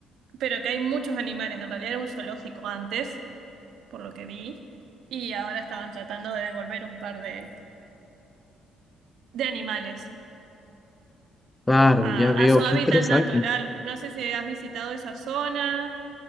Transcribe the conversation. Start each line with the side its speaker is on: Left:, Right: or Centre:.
Right: pero que hay muchos animales, en realidad era un zoológico antes, por lo que vi, y ahora estaban tratando de devolver un par de, de animales.
Left: Claro,
Right: a,
Left: ya veo,
Right: a su hábitat
Left: qué interesante.
Right: natural. No sé si has visitado esa zona.